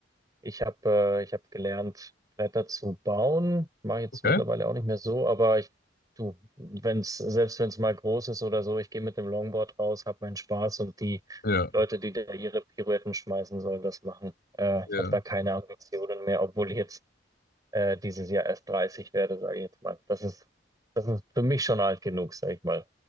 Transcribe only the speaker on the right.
Ich habe äh, ich habe gelernt, Bretter zu bauen. Mache jetzt
mittlerweile auch nicht mehr so, aber ich, du, wenn's, selbst wenn es mal groß ist oder so, ich gehe mit dem Longboard raus, habe meinen Spaß und die
Leute, die da ihre Pirouetten schmeißen, sollen das machen. Äh,
ich habe da keine Ambitionen mehr, obwohl ich jetzt äh, dieses Jahr erst 30 werde, sage ich jetzt mal. Das ist, das ist für mich schon alt genug, sage ich mal.